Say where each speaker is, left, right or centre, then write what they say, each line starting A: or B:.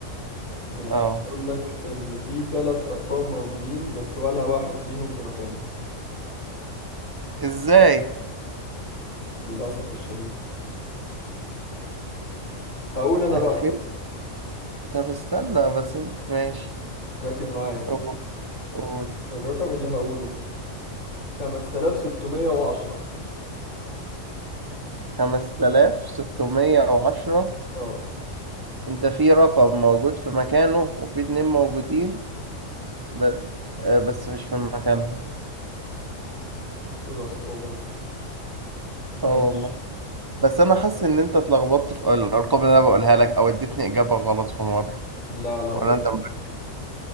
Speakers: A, on the left; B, on the right.
A: ماشي
B: اه
A: اقول لك ان في ثلاث ارقام موجودين بس ولا واحد فيهم في مكانه
B: ازاي
A: للاسف الشديد هقول انا
B: 2000
A: بقى
B: طب استنى بس انت- ماشي
A: ركز معايا
B: قول قول
A: الرقم اللي هقوله 5610
B: 5610
A: اه
B: انت في رقم موجود في مكانه وفي اتنين موجودين بس آه، بس مش في مكانهم
A: يبقى الصعوبة دي ماشي
B: اه والله بس انا حاسس ان انت اتلخبطت في الارقام اللي انا بقولها لك او اديتني اجابة غلط في مرة
A: لا لا
B: ولا
A: والله
B: انت مركز